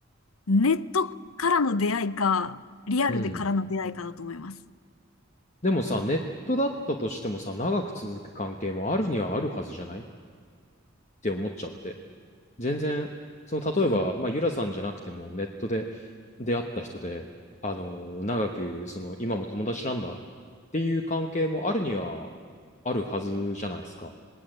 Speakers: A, on the left (about 85°); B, on the left (about 35°).
A: ネットからの出会いか、リアルでからの出会いかだと思います。
B: うん。でもさ、ネットだったとしてもさ、長く続く関係もあるにはあるはずじゃないって思っちゃって。全然、その、例えば、
A: うん
B: まあ、ゆらさんじゃなくても、ネットで出会った人で、あのー長く、その、今も友達なんだっていう関係もあるにはあるはずじゃないですか。